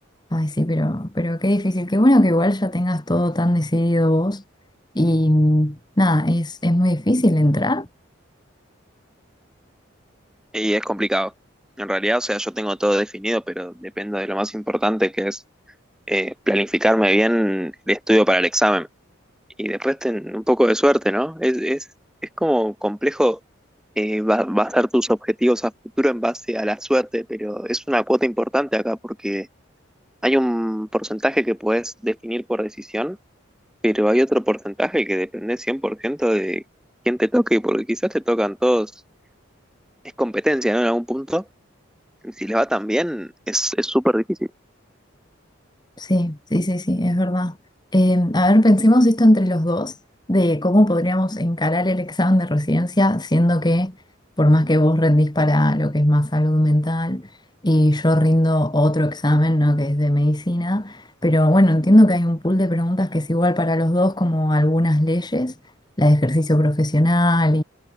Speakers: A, on the left; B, in the centre.
A: ay, sí, pero, pero qué difícil, qué bueno que igual ya tengas todo tan decidido vos y mm, nada, es, es muy difícil entrar.
B: Y es complicado. En realidad, o sea, yo tengo todo definido, pero dependo de lo más importante que es eh, planificarme bien el estudio para el examen. Y después ten un poco de suerte, ¿no? Es, es, es como complejo eh, ba- basar tus objetivos a futuro en base a la suerte, pero es una cuota importante acá porque hay un porcentaje que puedes definir por decisión Pero hay otro porcentaje que depende 100% de quién te toque, porque quizás te tocan todos. Es competencia, ¿no? En algún punto. y Si les va tan bien, es es súper difícil.
A: Sí, sí, sí, sí, es verdad. Eh, a ver, pensemos esto entre los dos, de cómo podríamos encarar el examen de residencia, siendo que por más que vos rendís para lo que es más salud mental y yo rindo otro examen, ¿no? Que es de medicina, pero bueno, entiendo que hay un pool de preguntas que es igual para los dos, como algunas leyes, la de ejercicio profesional